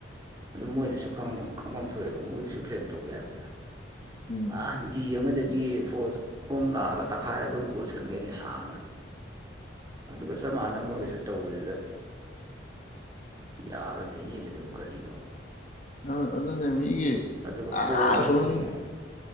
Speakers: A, on the right; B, on the left.
A: ꯑꯗꯨ ꯃꯣꯏꯅꯁꯨ ꯈꯪꯐꯝ ꯊꯣꯛꯑꯦꯕ ꯃꯣꯏꯒꯤꯁꯨ ꯀ꯭ꯂꯦꯝ ꯇꯧꯒꯦ ꯍꯥꯏꯕꯗ
B: ꯎꯝ
A: ꯑ ꯗꯤ ꯑꯃꯗꯒꯤ ꯐꯣ ꯐꯣꯝ ꯂꯥꯛꯑꯒ ꯇꯛꯈꯥꯏꯔꯒ ꯒꯣꯜ ꯆꯟꯈꯩꯏꯅꯤ ꯁꯥꯡꯅ ꯑꯗꯨꯒ ꯆꯞ ꯃꯥꯟꯅꯅ ꯃꯣꯏꯒꯤꯁꯨ ꯇꯧꯕꯗꯨꯗ ꯌꯥꯔꯣꯏ ꯅ ꯌꯦꯂ ꯑꯗꯨ ꯀꯔꯤꯅꯣ
B: ꯑ ꯑꯗꯨꯅꯦ ꯃꯤꯒꯤ
A: ꯑꯗꯨꯒ
B: ꯑꯥ
A: ꯐꯣꯜꯒ
B: ꯑꯁꯣꯝ
A: ꯍꯥꯏꯌꯦ